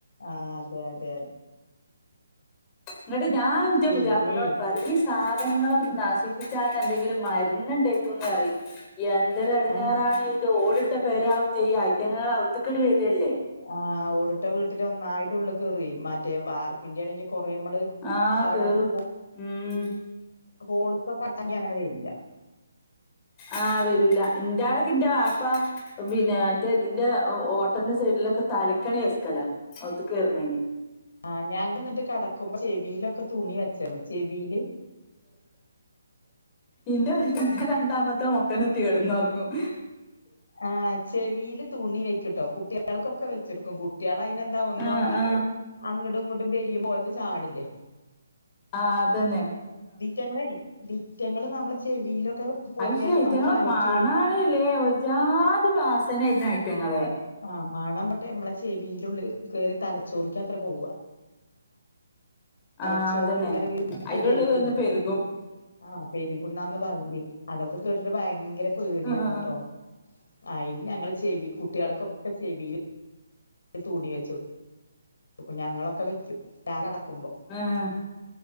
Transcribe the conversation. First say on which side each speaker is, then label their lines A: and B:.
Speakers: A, on the left (about 80°); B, on the left (about 20°).
A: ആഹ് അതെ അതെ അതെ
B: ഇന്നട്ട് ഞാൻന്റെ
A: പിന്നെ
B: പുതിയാപ്പൾ നോട് പറയും ഈ സാധങ്ങളെ നശിപ്പിച്ചാൻ എന്തെങ്കിലും മര്ന്ന്ണ്ടെ ക്കുംന്നറയും എന്തൊരെടങ്ങാറാണ്
A: ആ
B: ഇത് ഓടി ടട്ടെ പെരെ ആകും ചെയ്യാ അയ്റ്റങ്ങൾ ഔത്ത്ക്ക്‌ട് വരല്ലേ
A: ആ ഓട് ട്ട വീട്ടിൽ ഒന്നായിട്ട് ഉള്ള് കേറുവെ ഏഹ് മറ്റേ വാർപ്പിന്റെണെങ്കി കൊറേ അമ്മള്
B: ആ
A: അവടെ
B: കേറും
A: ഹോ
B: ഉം
A: ഹോൾസൊക്കെ അടച്ചെങ്കി അങ്ങനെ വരൂല
B: ആഹ് വരൂല ഇന്റെ ആടെക്കെന്റെ വാപ്പ പിന്നെ മറ്റേ ഇതിന്റെ ഓട്ടന്റെ സൈഡിലൊക്കെ തലക്കണി വെക്കലാ ഒഔത്ത്ക്ക് ക്കെർണീന്
A: ആഹ് ഞാന് ഇന്നട്ട് കടക്കുമ്പോ ചെവീലൊക്കെ തുണി വെച്ചണ് ചെവീല്
B: ഇന്റെ രണ്ടാമത്തെ മൊക്കന്നെ തീർന്നൊറങ്ങും
A: ആഹ് ചെവില് തൂണി വെക്കുട്ടോ കുട്ടിയാൾക്കൊക്കെ വെച്ചൊടുക്കും കുട്ടിയാള പിന്ന എന്താ ഒന്ന്
B: ആഹ്
A: ഒറങ്ങീട്ട്
B: ആഹ്
A: അങ്ങട്ടും ഇങ്ങട്ടും തെരിയുമ്പോ ഓലത് ചാടില്ലേ
B: ആഹ് തന്നെ
A: ഇതീറ്റങ്ങളെ ദിറ്റങ്ങള് നമ്മളെ ചെവിയിലൊക്കെ പോയാല്
B: അയ്യേ ഇറ്റങ്ങളെ
A: നമ്മളെ തലച്ചോറി
B: മണാണ്ലെ ഒര്ജാതി വാസനേണ് ഐറ്റങ്ങളെ
A: ആഹ് മണം പോട്ടെ നമ്മളെ ചെവിന്റെ ഉള്ളില് കേറി തലച്ചോറിക്ക്യത്രെ പോക തലച്ചോറിൽ
B: ആഹ് അതന്നെ
A: ഇങ്ങനെ പെറ്റ്
B: അയിന്റെ
A: പ്പെര്ക്കുന്ന്
B: ഉള്ളിൽ വന്ന്
A: പെറ്റ്
B: പെരുകും
A: പെര്ക്കുന്ന് ആഹ് പെരുകുന്നാന്ന് പറയി അതൊക്കെ കേട്ടിട്ട് ഭയങ്കര പേടിയാർന്ട്ടോ
B: ആഹ്
A: അയിന് ഞങ്ങള് ചെവി കുട്ടിയാൾക്കൊക്ക ചെവില് തുണി വെച്ചൊട്ക്കും ഞങ്ങളൊക്കെ വെക്കും ഞാൻ നടക്കുമ്പോ
B: ആഹ്